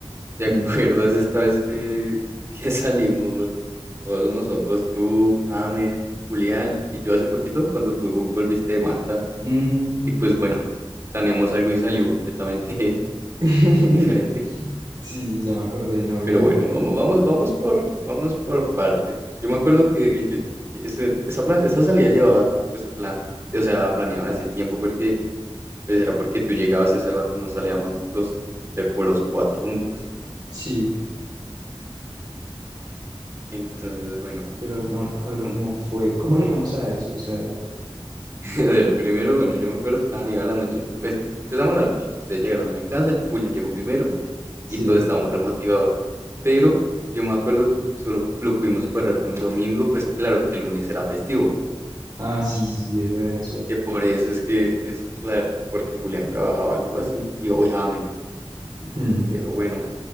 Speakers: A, on the right; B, on the right.
A: ¿Te
B: Mm,
A: acuerdas esta vez que, que salimos todos nosotros, tú, James, Julián y yo hace poquito cuando tú volviste de Malta?
B: mm.
A: Y pues bueno, <laughs> planeamos algo y salió completamente
B: <laughs>
A: <laughs> diferente.
B: Sí, sí, ya me acordé de noviembre.
A: Pero bueno, vamos, vamos, vamos por, vamos por partes. Yo me acuerdo que, yo- que ese- esa, pla- esa salida llevaba pues plan, o sea, planeada hace tiempo porque Pues era porque tú llegabas y hace rato no salíamos los, te- como los cuatro juntos.
B: Sí,
A: Entonces, bueno,
B: pero no recuerdo
A: como,
B: cómo fue. ¿Cómo llegamos a eso? O sea,
A: <laughs> a ver, primero, bueno, yo me acuerdo, estaban iba la noche, su- pues, empezamos la noche, ustedes llegaron a mi casa, Julián llegó primero
B: sí.
A: y todos estábamos remotivados. Pero yo me acuerdo que solo lo pudimos cuadrar, fue un domingo, pues claro que el lunes era festivo,
B: Ah, sí, sí, sí, eso era, eso era.
A: que por eso es que, eso es claro, porque Julián trabajaba algo así, y hoy James,
B: Mm,
A: pero bueno,